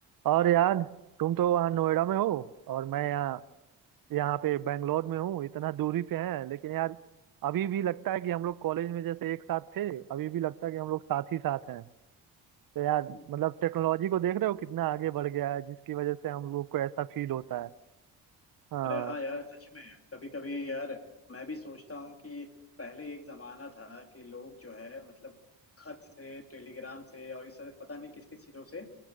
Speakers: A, on the right; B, on the left.
A: और यार तुम तो वहाँ नोएडा में हो और मैं यहाँ यहाँ पे बेंगलोर में हूँ इतना दूरी पे है लेकिन यार अभी भी लगता है कि हम लोग कॉलेज में जैसे एक साथ थे अभी भी लगता है कि हम लोग साथ ही साथ हैं तो यार
B: हम्म
A: मतलब टेक्नोलॉजी को देख रहे हो कितना आगे बढ़ गया है जिसकी वजह से हम लोग को ऐसा फील होता है हाँ
B: अरे हाँ यार सच में कभी कभी यार मैं भी सोचता हूँ कि पहले एक जमाना था कि लोग जो है मतलब खत से टेलीग्राम से और इस तरह पता नहीं किस किस चीजों से